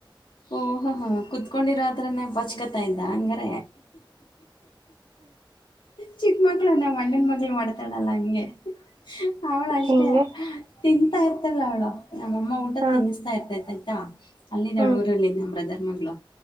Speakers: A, on the left; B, on the right.
A: ಓ ಹ ಹ ಕುತ್ಕೊಂಡಿರೋದ್ರನೆ ಪಚ್ಕತಯಂತ ಅಂಗರ ಚಿಕ್ಕ ಮಕ್ಳನ ಮಂಡನ್ ಮಳ ಮಾಡ್ತಾಳಲ್ಲ ಹಂಗೆ ಅವಳ ಅಷ್ಟೇ
B: ಹೆಂಗೆ
A: ತಿನ್ಂತಾ ಇರ್ತಲ್ಲ ಅವಳು ನಮ್ಮಅಮ್ಮ ಊಟ
B: ಹಾಂ
A: ತಿನ್ನಿಸತಾ ಇರ್ತೈತಜ ಅಲ್ಲಿ ನಡ
B: ಹ್ಞೂ
A: ಊರಲ್ಲಿ ನಮ್ಮ ಬ್ರದರ್ ಮಗಳು